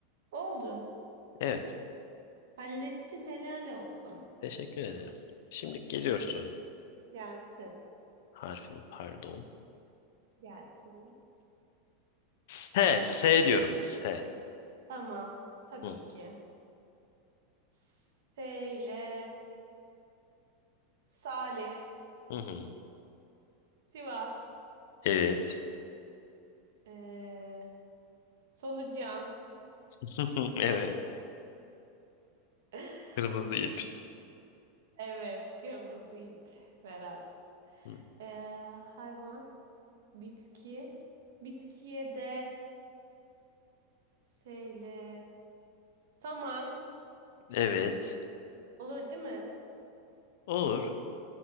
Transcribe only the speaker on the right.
Oldu.
Hallettin helal olsun.
Gelsin.
Gelsin.
Tamam. Tabii
ki. S ile Salih,
Sivas,
ee, Solucan.
<laughs>
Evet, kırmızı ip, Berat.
Ee, hayvan, bitki. Bitkiye de S ile saman
olur değil mi?